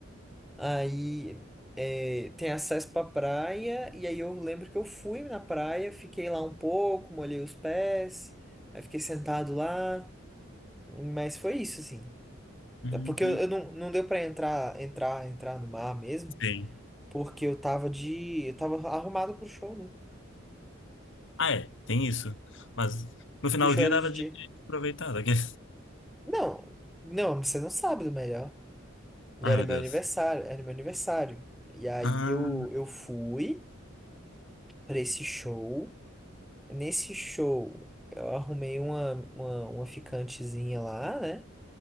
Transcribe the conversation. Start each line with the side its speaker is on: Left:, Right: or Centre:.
Centre: Aí é, tem acesso pra praia, e aí eu lembro que eu fui na praia, fiquei lá um pouco, molhei os pés, aí fiquei sentado lá, mas foi isso, assim.
Left: Uhum.
Centre: É Porque eu, eu não, não deu pra entrar, entrar, entrar no mar mesmo,
Left: Sim.
Centre: porque eu tava de, eu tava arrumado pro show, né?
Left: Ah, é, tem isso. Mas no finalzinho
Centre: Que o show era
Left: dava
Centre: de
Left: de
Centre: dia.
Left: aproveitar. daquele.
Centre: Não, não, você não sabe do melhor. Era
Left: Ai, meu
Centre: meu
Left: Deus.
Centre: aniversário, era meu aniversário. E aí
Left: Ah,
Centre: eu, eu fui pra esse show. Nesse show, eu arrumei uma, uma, uma ficantezinha lá, né?